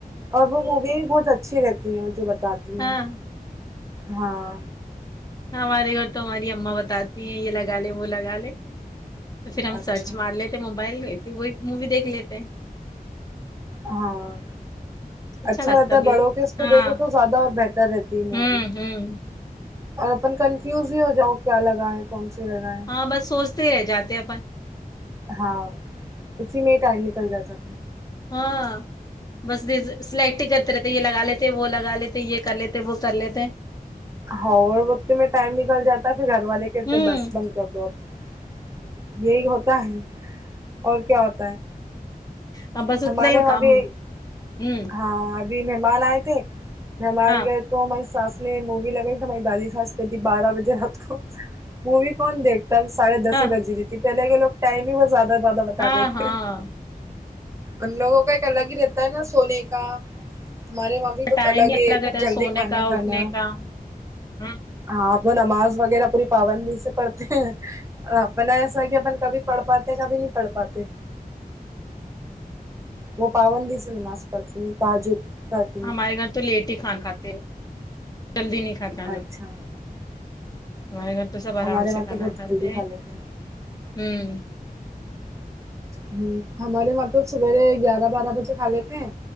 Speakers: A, on the right; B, on the left.
A: اور وہ مووی بھی بہت اچھی رہتی ہے جو بتاتی
B: ہاں
A: ہیں ہاں
B: ہمارے گھر تو ہماری اما بتاتی ہیں یہ لگا لے وہ لگا لے تو پھر ہم
A: اچھا
B: سچ ماں لیکے موبائل میں پھر وہی مووی دیکھ لیتے ہے
A: ہاں اچھا
B: لگتا
A: رہتا ہے
B: پھر
A: بڑوں کے اس کو
B: ہاں
A: دیکھو تو زیادہ اور بہتر رہتی ہے مووی
B: ہوں ہوں
A: اور اپن کنفیوز ہی ہو جاؤ کیا لگاۓ کون سی لگاۓ
B: ہاں بس سوچتے ہی رہ جاتے ہیں اپن
A: ہاں اسی میں ہی ٹائم نکل جا تا
B: ہاں بس سلیکٹ ہی کرتے رہتے یہ لگا لیتے وہ لگا لیتے یہ کر لیتے وہ کر لیتے
A: ہاں اور وقت میں ٹائم نکل جاتا پھر گھر والے کے
B: ہوں
A: کرتے بس بند کر دو اب یہی ہوتا ہے اور کیا ہوتا ہے
B: ہاں بس اتنا
A: ہمارے
B: ہی
A: یہاں
B: کام ہوں
A: ابھی مہمان آئے تھے مہمان
B: ہاں
A: گئے تو ہماری ساس نے مووی لگائی تو ہماری دادی سانس کہتی تھی بارہ بجے رات کو مووی کون دیکھتا ہے ساڑے دس
B: ہاں
A: ہی بجی رہی تھی پہلے کے لوگ ٹائم ہی بہت زیادہ زیادہ بتا
B: ہاں
A: دیتے
B: ہاں
A: ہے ان لوگوں کا ایک الگ ہی رہتا ہے نا سونے کا ہمارے ممی بہت
B: ٹائم
A: الگ
B: ہی
A: ہے سب
B: رہتا
A: جلدی
B: سونے
A: کھانا
B: کا
A: کھانا
B: اٹھنے کا ہوں
A: ہاں تو نماز وغیرہ پوری پابندی سے پڑھتے ہیں اپنا ایسا ہے کہ اپن کبھی پڑھ پاتے کبھی نہیں پڑھ پاتے وہ پابندی سے نماز پڑھتی ہیں تہجد تک
B: ہمارے گھر تو لیٹ ہی کھانا کھاتے ہیں جلدی نہیں کھاتے نا
A: اچھا
B: ہمارے گھر تو سب
A: ہمارے
B: آرام
A: وہاں
B: سے کھانا
A: تو بہت
B: کھاتے
A: جلدی کھا
B: ہیں
A: لیتے
B: ہوں
A: ہہمم ہمارے وہاں تو سبیرے گیارہ بارہ بجے کھا لیتے ہیں